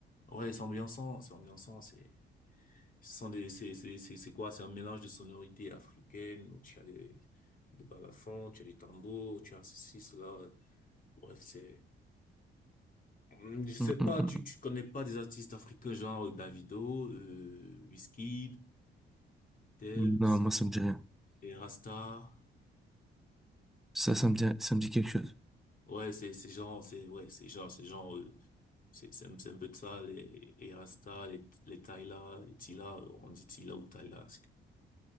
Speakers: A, on the left; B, in the centre.
A: Ouais, c'est ambiançant, c'est ambiançant, c'est Ce sont des, c'est, c'est, c'est, c'est quoi? C'est un mélange de sonorités africaines, où tu as des, des balafons, tu as des tambours, tu as ceci, cela. Bref, c'est, Hum, je sais
B: Hum,
A: pas,
B: hum, hum.
A: tu, tu connais pas des artistes africains genre euh, Davido, euh, Wizkid, Tems,
B: hum. Non, moi, ça me dit rien.
A: et Rasta.
B: Ça, ça me dit, ça me dit quelque chose.
A: Ouais, c'est, c'est genre, c'est, ouais, c'est genre, c'est genre, euh, c'est, c'est un, c'est un peu de ça, les, et Rasta, les, les Tyla, les Tila, on dit Tila ou Tyla.